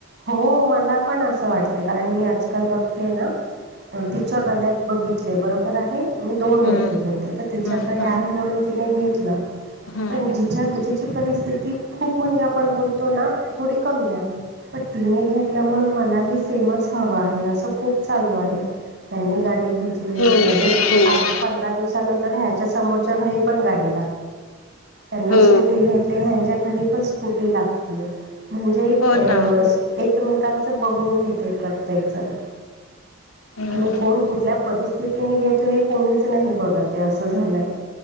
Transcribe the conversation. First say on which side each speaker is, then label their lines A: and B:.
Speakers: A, on the right; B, on the left.
A: हो मला पण असं वाटतंय कारण मी आज काल बघते ना तिच्या गळत बघितले बरोबर आहे मी दोन व्यक्ती
B: हम्म
A: बोलते तर तिच्याकडे
B: हम्म हम्म.
A: आहे म्हणून तिने घेतलं
B: हम्म.
A: पण जिच्या जिची परिस्थिती खूप म्हणजे आपण बोलतो ना थोडी कमी आहे पण तिने घेतल्या म्हणून मला ही सेमच हवा आहे असं खूप चालू आहे त्यांनी गाडी घेतली आहे
B: हो
A: लगेच
B: हो.
A: आठ पंधरा दिवसानंतर ह्याच्या समोरच्या घरी पण गाडी ी घ
B: हो
A: घरी पणी ला म्हणजे
B: हो
A: अ
B: ना.
A: एकमेकांचं बघून घेते प्रत्येक जण.
B: हम्म
A: आणि कोण कुठल्या. परिस्थितीनी घेतो हे कोणीच नाही बघ ते असं झालंय.